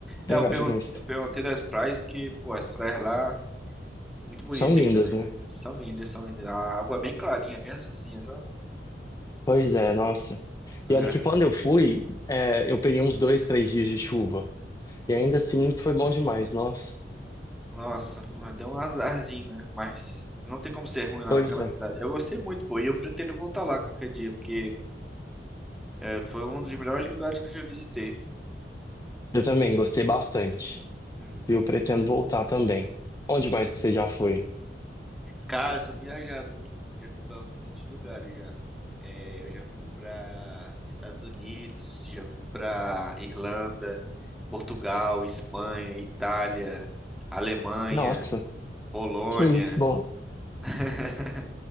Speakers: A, in the centre; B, on the left.
A: é,
B: Legal
A: eu perguntei,
B: demais.
A: eu perguntei das praias porque, pô, as praias lá, muito bonitas
B: São lindas,
A: também.
B: né?
A: São lindas, são lindas. A água é bem clarinha, bem azulzinha, sabe?
B: Pois é, nossa.
A: É.
B: E olha que quando eu fui, é, eu peguei uns dois, três dias de chuva. E ainda assim foi bom demais, nossa.
A: Nossa, mas deu um azarzinho, né? Mas não tem como ser ruim lá
B: Pois
A: naquela
B: é.
A: cidade. Eu gostei muito, pô, e eu pretendo voltar lá qualquer dia, porque é, foi um dos melhores lugares que eu já visitei.
B: Eu também gostei bastante.
A: Uhum.
B: E eu pretendo voltar também. Onde mais que você já foi?
A: Cara, eu sou viajado, viu? Já fui pra muitos lugares já. É, eu já fui pra Estados Unidos, já fui pra Irlanda, Portugal, Espanha, Itália, Alemanha,
B: Nossa,
A: Polônia.
B: que isso, bom.
A: <laughs>